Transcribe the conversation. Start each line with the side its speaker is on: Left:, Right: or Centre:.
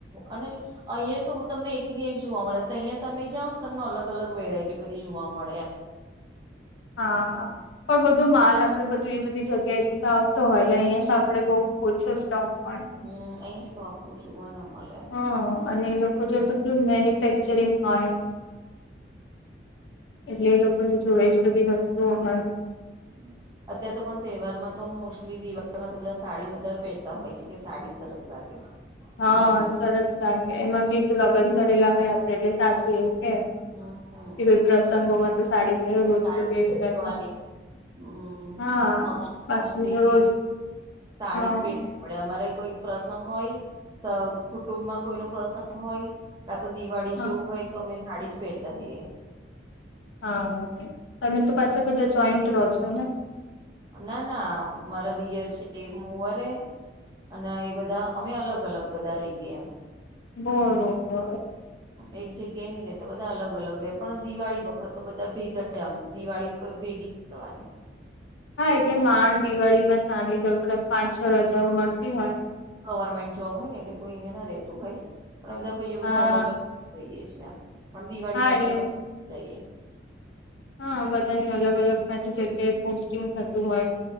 Right: અને અહીયાં તો તમને એક ની એક જોવા મળે તહિયા તમે જાઓ તો તમને અલગ-અલગ વેરાયટી બધી જોવા મળે.
Left: હા પણ બધું માલ આપડે બ તો એ બધી જગ્યાએ થી તો આવતો હોય એટલે અહિયાં તો આપડે બો ઓછો સ્ટોક હોય.
Right: હમ્મ અહીં સ્ટોક બહુ જોવા ના મલે.
Left: હા અને એ લોકો જોડે તો કેવું મેન્યુફેક્ચરિંગ હોય. એટલે એ લોકોની જોડે જ બધી વસ્તુઓ હોય.
Right: <unintelligible> અત્યારે તો પણ તહેવારમાં તો મોસ્ટલી દિવાળીમાં તો બધા સાડી વધારે પહેરતા હોય છે કે સાડી સરસ લાગે.
Left: હા
Right: નવા વરસ
Left: સરસ લાગે એમાં બી એ તો લગ્ન કરેલા હોય આપડે એટલે સાસુ એ કે
Right: હમ
Left: કોઈ પ્રસંગોમાં તો સાડી પહેરો રોજ
Right: સાડી
Left: તો ડ્રેસ
Right: જ પહેરવાની
Left: પહેર્તા
Right: હમ
Left: હા બાકી
Right: મોસ્ટલી
Left: રોજ.
Right: સાડી
Left: હા
Right: પે આપડે અમારે કોઈ પ્રસંગ હોય કુટુંબમાં કોઈ ન પ્રસંગ હોય. કા તો દિવાળી
Left: હા
Right: જેવું હોય તો અમે સાડી જ પહેરતા હઈએ.
Left: હા તમે તું પાછા બધા જોઈન્ટ રહો છો ને?
Right: ના ના મારા દિયર છે મોવારે અને એ બધા અમે અલગ અલગ બધા રહીએ એમ
Left: બરોબર
Right: એક જગ્યાએ નની રે તો બધા અલગ અલગ રહે પણ દિવાળી વખત તો બધા ભેગા આમ દિવાળી ભેગી જ કરવાની.
Left: હા
Right: તહેવાર
Left: એટલે માંણ દિવાળી માં તાની લલ પાંચ છ રજાઓ મળતી હોય,
Right: ગવર્મેન્ટ જોબ હોય ને એટલે કોઈ અહિયાં ના રહેતું હોય પણ બધા ભાઈ
Left: હા
Right: બધા અલગ અલ જઈએ છે આમ પણ દિવાળી
Left: હા
Right: માં
Left: એટલે
Right: તો બધા જઈએ
Left: હા બધાની અલગ અલગ પાછી જગ્યાએ પોસ્ટિંગ થતું હોય